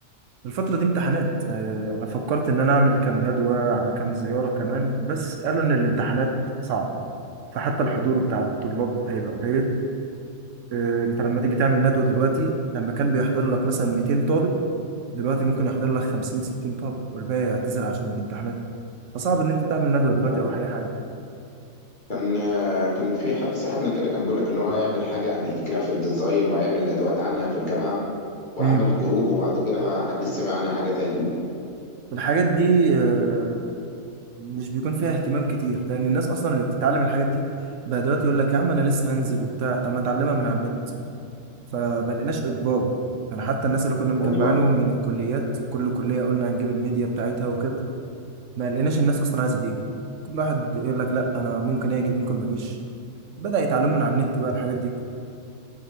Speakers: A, on the right; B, on the left.
A: الفترة دي امتحانات آه، أنا فكرت إن أنا أعمل كام ندوة على كام زيارة كمان بس قالوا إن الامتحانات صعب فحتى الحضور بتاع الطلاب هيبقى قليل آه، أنت لما تيجي تعمل ندوة دلوقتي لما كان بيحضر لك مثلا 200 طالب دلوقتي ممكن يحضر لك 50 60 طالب والباقي يعتذر عشان الامتحانات فصعب ان انت تعمل ندوه دلوقتي
B: دي حقيقة.
A: او اي حاجه
B: كان كان في حد صاحبنا كده كان بيقول لك ان هو هيعمل حاجه عن الجرافيك ديزاين وهيعمل ندوات عنها في الجامعه وعمل
A: امم
B: جروب وبعد كده ما حد سمع عنها حاجه تاني
A: الحاجات دي آه، مش بيكون فيها اهتمام كتير لان الناس اصلا اللي بتتعلم الحاجات دي بقى دلوقتي يقول لك يا عم انا لسه هنزل وبتاع طب ما اتعلمها من على النت فما لقيناش اجبار يعني حتى الناس اللي كنا مجمعينهم
B: والله
A: من الكليات كل كليه قلنا هنجيب الميديا بتاعتها وكده ما لقيناش الناس اصلا عايزه تيجي كل واحد يقول لك لا انا ممكن اجي ممكن ما اجيش بدا يتعلموا من على النت بقى الحاجات دي